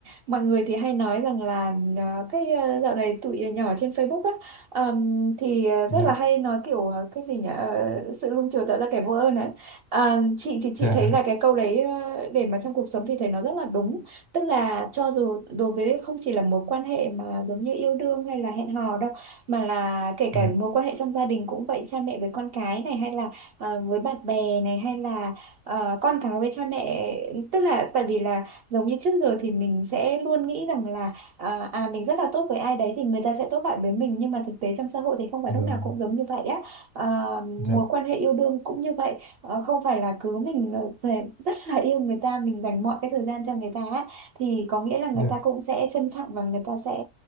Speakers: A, on the right; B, on the left.
A: mọi người thì hay nói rằng là ờ, cái ờ, dạo này tụi nhỏ trên Facebook á ờm, thì ờ, rất
B: dạ
A: là hay nói kiểu ờ, cái gì nhỉ Ờ, sự nuông chiều tạo ra kẻ vô ơn ấy Ờ, chị thì chị
B: dạ
A: thấy là cái câu đấy ờ, để mà trong cuộc sống thì thấy nó rất là đúng tức là cho dù đối với không chỉ là mối quan hệ mà giống như yêu đương hay là hẹn hò đâu mà là kể
B: dạ
A: cả mối quan hệ trong gia đình cũng vậy cha mẹ với con cái này hay là ờ, với bạn bè này hay là ờ, con cái với cha mẹ tức là tại vì là giống như trước giờ thì mình sẽ luôn nghĩ rằng là ờ, à mình rất là tốt với ai đấy thì người ta sẽ tốt lại với mình nhưng mà thực tế trong xã hội thì không phải
B: vâng
A: lúc nào cũng giống như vậy á Ờ,
B: dạ
A: mối quan hệ yêu đương cũng như vậy Ờ, không phải là cứ mình ờ, thể- rất là yêu người ta mình dành mọi cái thời gian cho người ta á, thì có nghĩa là người
B: dạ
A: ta cũng sẽ trân trọng và người ta sẽ